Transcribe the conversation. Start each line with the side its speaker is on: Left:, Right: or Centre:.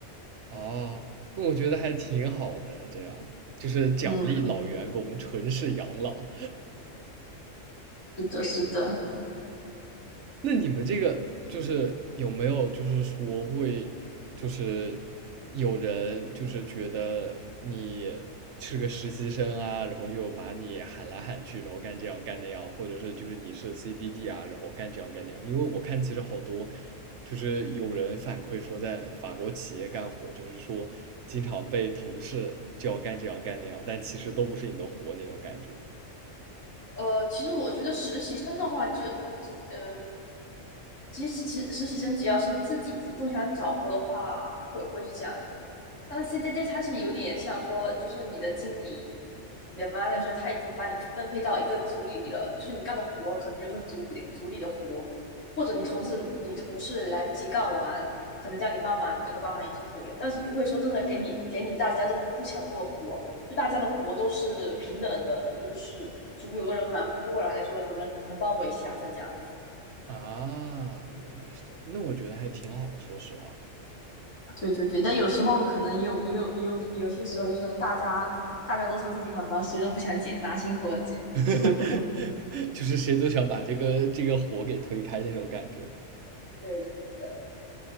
Right: 啊，那我觉得还挺好的，这样就是奖励老员工纯是养老，
Left: 嗯，是的，是的，
Right: 那你们这个就是有没有就是说会就是有人就是觉得你是个实习生啊，然后就把你喊来喊去，然后干这样干那样，或者是就是你是 CDD 啊，然后干这样干那样。因为我看其实好多就是有人反馈说，在法国企业干活，就是说经常被同事就要干这样干那样，但其实都不是你的活那种感觉
Left: 呃，其实我觉得实习生的话就，嗯，其实实实习生只要是自己主动想找活的话，会会是这样。那 CDD 它是有点像说，就是你的经理、你的 manager，他已经把你分配到一个组里了，就是你干的活可能就是组里组里的活，或者你同事你同事来不及干完，可能叫你帮忙，你这个帮忙也是可以的，但是不会说真的给你给你大家都不想做的活，就大家的活都是平等的，就是除非有个人忙不过来说，有人能帮我一下再这样子。
Right: 啊。原来是这样，那我觉得还挺好，说实话。
Left: 对对对，但有时候可能也有也有也有有些时候，就是大家大家都说自己很忙，谁都不想解拿辛苦了解，
Right: <laughs>
Left: 这个可能
Right: 就是谁都想把这个这个火给推开那种感觉。
Left: 对的，对